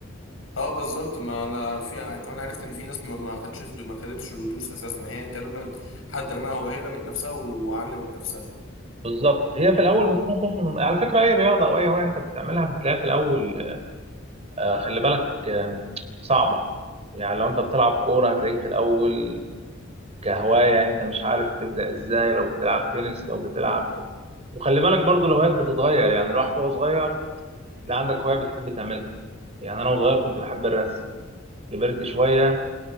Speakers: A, on the left (about 80°); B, on the right (about 35°).
A: اه بالظبط ما انا في يعني كمان عرفت ان في ناس ما ما خدتش ما خدتش الدروس اساسا هي تقريبا حد رماها وهي رمت نفسها وعلمت نفسها
B: بالظبط هي في الاول بتكون خوف من على فكره اي رياضه او اي هوايه انت بتعملها بتلاقي في الاول آه، خلي بالك آه، صعبه يعني لو انت بتلعب كوره هتلاقيك في الاول كهوايه انت مش عارف تبدا ازاي لو بتلعب تنس لو بتلعب وخلي بالك برضو الهوايات بتتغير يعني الواحد وهو صغير تلاقي عندك هوايه بتحب تعملها يعني انا وصغير كنت بحب الرسم كبرت شوية